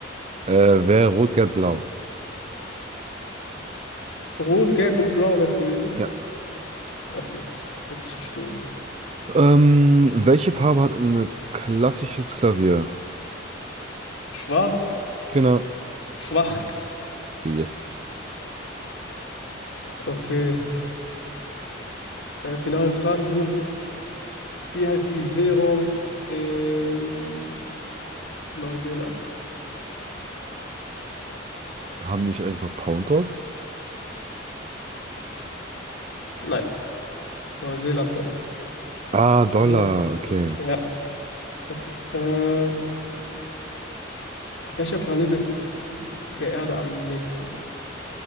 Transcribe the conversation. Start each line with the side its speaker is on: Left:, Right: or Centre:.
Right: äh, wäre rot, gelb, blau.
Left: Rot, gelb und blau wäre es gewesen.
Right: Ja.
Left: Okay. Hätte ich nicht gewusst.
Right: Ähm, welche Farbe hat ein klassisches Klavier?
Left: Schwarz,
Right: Genau.
Left: schwarz.
Right: Yes.
Left: Okay. Deine finalen Fragen sind, wie heißt die Währung in Neuseeland?
Right: Haben die nicht einfach Pound dort?
Left: Nein, Neuseeland-Dollar.
Right: Ah, Dollar.
Left: Ähm,
Right: Okay.
Left: ja, okay. Äh, Welcher Planet ist der Erde am nächsten?